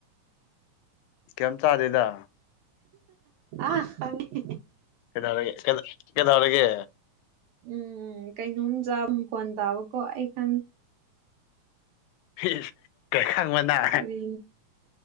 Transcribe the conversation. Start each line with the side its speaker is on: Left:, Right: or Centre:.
Left: ꯀꯩꯝ ꯆꯥꯗꯦꯗ
Right: ꯑ ꯈꯪꯉꯦ
Left: ꯀꯩꯗꯧꯕꯒꯤ ꯀꯩ ꯀꯩꯗꯧꯔꯒꯦ
Right: ꯎꯝ ꯀꯩꯅꯣꯝ ꯆꯥ ꯃ ꯀꯣꯟ ꯇꯥꯕꯀꯣ ꯑꯩ ꯈꯪꯉꯤ
Left: ꯐꯤꯁ ꯀꯩ ꯈꯪꯕ ꯅꯪ
Right: ꯀꯔꯤ